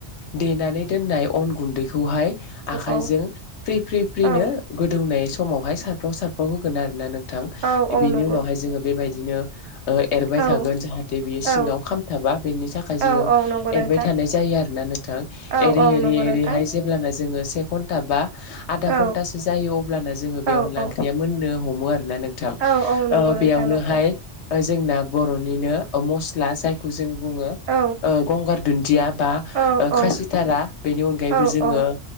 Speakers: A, on the left (about 70°); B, on the right (about 70°).
A: देनानै दोन्नाइ अन गुनदैखौ खौहाय आखाइजों
B: औ
A: फ्रि फ्रि फ्रिनो
B: औ
A: बुंनाय समावहाय सारफ्राव सारफ्राव होगोन आरोना नोंथां
B: औ औ
A: बेनि
B: नंगौ
A: उनावहाय जोङो बेबायदिनो ओ एरबाय
B: औ
A: थागोन जाहाथे बियो
B: औ
A: सिङाव खामथाबा बेनि थाखाय जोङो
B: औ औ नंगौ नोंथां
A: एरबाय थानाय जायो आरो ना नोंथां
B: औ
A: एरै
B: औ
A: एरै
B: नंगौ नोंथां
A: एरैहाय जेब्लाना जोङो घन्टा बा आदा
B: औ
A: घन्टासो जायो अब्लानो जोङो बे
B: औ
A: अनला
B: औ
A: ओंख्रिया मोननो हमो आरो ना नोंथां
B: औ औ नंगौ
A: ओ
B: नोंथां
A: बेयावनोहाय
B: नंगौ
A: जोंना बर'निनो मस्ला जायखौ जों बुङो
B: औ
A: ओ गंगार दुन्दिया बा
B: औ
A: खासिथारा
B: औ
A: बेनि अनगायैबो
B: औ
A: जोङो
B: औ